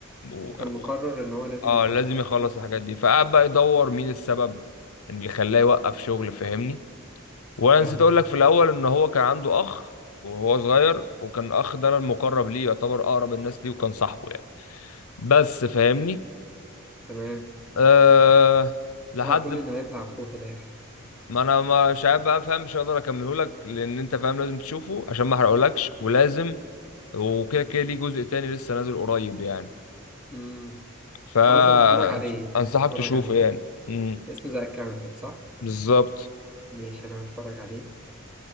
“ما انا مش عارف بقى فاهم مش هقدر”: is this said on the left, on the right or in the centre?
Left